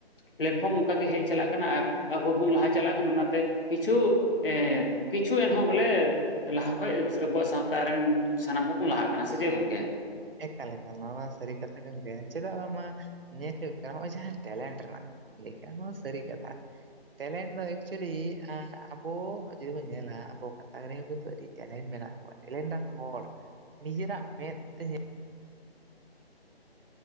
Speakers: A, on the left; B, on the right.
A: ᱯᱞᱮᱴᱯᱷᱨᱚᱢ ᱚᱱᱠᱟ ᱜᱮ ᱦᱮᱡ ᱪᱟᱞᱟᱜ ᱠᱟᱱᱟ ᱟᱨ ᱟᱹᱵᱩ ᱵᱚᱱ ᱞᱟᱦᱟ ᱪᱟᱞᱟᱜ ᱠᱟᱱᱟ ᱚᱱᱟᱛᱮ ᱠᱤᱪᱷᱩ ᱮ ᱠᱤᱪᱷᱩ ᱮᱱᱦᱚᱸ ᱵᱚᱞᱮ ᱞᱟᱦᱟ ᱠᱷᱚᱡᱽ ᱟᱹᱵᱩᱣᱟᱜ ᱥᱟᱶᱛᱟ ᱨᱮᱱ ᱥᱟᱱᱟᱢ ᱠᱚᱵᱩᱱ ᱞᱟᱦᱟᱜ ᱠᱟᱱᱟ ᱥᱮ ᱪᱮᱜ ᱜᱚᱝᱠᱮ?
B: ᱮᱠᱟᱞ ᱮᱠᱟᱞ ᱱᱚᱣᱟ ᱢᱟ‌ ᱥᱟᱹᱨᱤ ᱠᱟᱛᱷᱟ ᱠᱟᱱ ᱜᱮᱭᱟ ᱪᱮᱫᱟᱜ ᱵᱟᱝᱢᱟ ᱧᱮᱞ ᱦᱩᱭᱩᱜ ᱠᱟᱱᱟ ᱱᱚᱜ-ᱚᱭ ᱡᱟᱦᱟᱸ ᱴᱮᱞᱮᱱᱴ ᱨᱮᱱᱟᱜ ᱞᱮᱠᱟ ᱱᱚᱣᱟ ᱥᱟᱹᱨᱤ ᱠᱟᱛᱷᱟ ᱾ ᱴᱮᱞᱮᱱᱴ ᱫᱚ ᱮᱠᱪᱩᱞᱤ ᱟᱸ ᱟᱵᱚ ᱡᱩᱫᱤ ᱵᱚᱱ ᱧᱮᱞᱟ ᱟᱵᱚ ᱜᱷᱟᱸᱛᱟᱠ ᱨᱮᱦᱚ ᱠᱤᱱᱛᱩ ᱟᱹᱰᱤ ᱴᱮᱞᱮᱱᱴ ᱢᱮᱱᱟᱜ ᱠᱚᱣᱟ ᱴᱮᱞᱮᱱ ᱰᱟᱨ ᱨᱮᱱ ᱦᱚᱲ ᱱᱤᱡᱮᱨᱟᱜ ᱢᱮᱸᱫ ᱛᱮ ᱧᱮᱞ